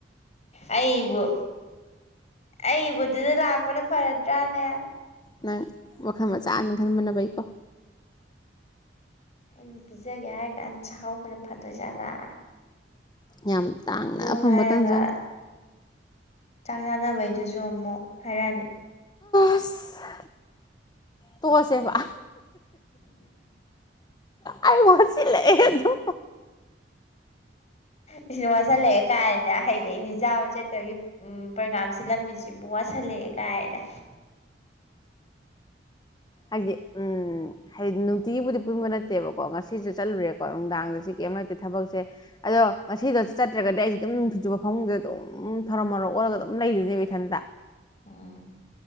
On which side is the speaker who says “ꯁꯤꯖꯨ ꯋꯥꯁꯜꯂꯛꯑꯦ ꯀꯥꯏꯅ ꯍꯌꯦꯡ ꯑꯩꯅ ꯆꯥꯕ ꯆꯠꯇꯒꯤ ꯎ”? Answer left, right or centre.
Left